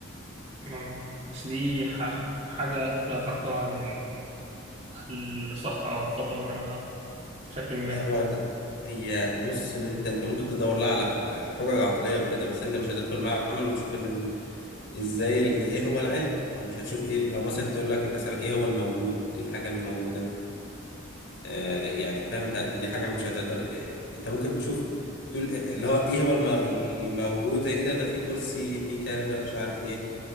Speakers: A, on the right; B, on the left.
A: مم. بس دي ح- حاجة لا تخضع ل- للصحة أو الخطأ بمعنى بشكل ما
B: هو أنت- هي بص ان انت انت ممكن تدور لها على ح- حجج عقليه وكده بس انت مش هتدخل معمل وتشوف ان ال... ازاي ال... ايه هو العلم او مش هتشوف ايه ال- او مثلا تقول لك الفلسفه ايه هو الموجود ايه الحاجه اللي موجوده آه، يعني فاهم انت دي حاجه مش هتقدر آه، انت ممكن تشوف تقول آه، اللي هو ايه هو الم- الموجود زي ايه ده ده في كرسي في كنبه مش عارف ايه